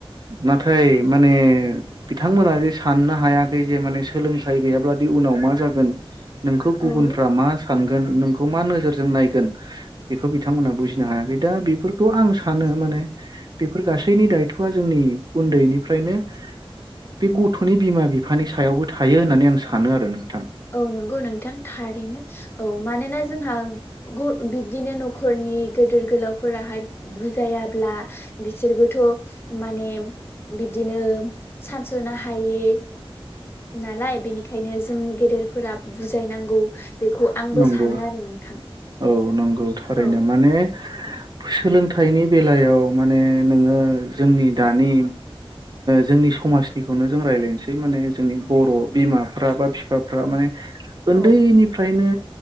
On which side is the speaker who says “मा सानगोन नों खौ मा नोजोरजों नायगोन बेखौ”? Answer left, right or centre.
Right